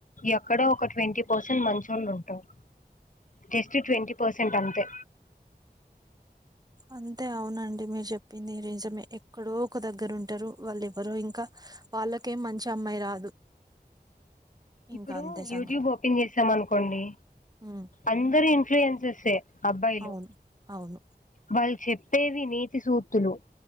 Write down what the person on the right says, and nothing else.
అంతే అవునండి మీరు చెప్పింది రిజమే ఎక్కడో ఒక దగ్గర ఉంటారు వాళ్ళు ఎవ్వరో ఇంకా వాళ్ళకేం మంచి అమ్మాయి రాదు
ఇంకా అంతే
సంగతి
ఉమ్
అవును అవును